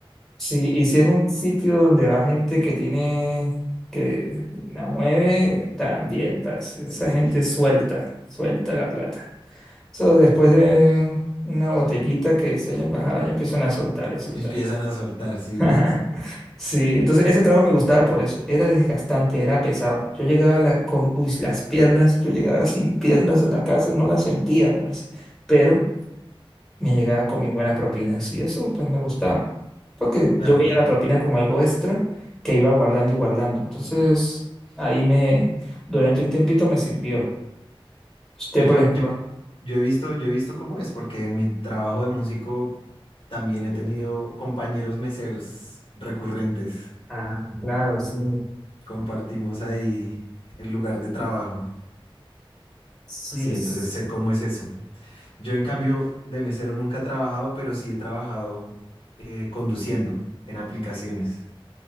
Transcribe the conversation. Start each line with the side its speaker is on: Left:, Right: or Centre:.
Centre: Sí, y si es un sitio donde va gente que tiene, que la mueve, también, parce.
Left: Sí,
Centre: Esa gente suelta, suelta la plata. So, después de una botellita que se hayan bajado, ya empiezan a soltar, a soltar.
Left: empiezan a soltar, sí,
Centre: <laughs> Sí, entonces ese trabajo me gustaba por eso. Era desgastante, era pesado. Yo llegaba a la- con uy, las piernas, yo llegaba sin piernas a la casa, no las sentía, parce. Pero me llegaba con mis buenas propinas y eso pues me gustaba, porque
Left: claro.
Centre: yo veía la propina como algo extra que iba guardando y guardando. Entonces, ahí me, durante un tiempito me sirvió. Usted,
Left: Pues
Centre: por
Left: yo,
Centre: ejemplo,
Left: Yo he visto, yo he visto cómo es, porque en mi trabajo de músico también he tenido compañeros meseros recurrentes.
Centre: Ah, claro, sí.
Left: Compartimos ahí el lugar de trabajo.
Centre: Sí,
Left: Sí,
Centre: es.
Left: entonces sé cómo es eso. Yo en cambio de mesero nunca he trabajado, pero sí he trabajado eh, conduciendo en aplicaciones.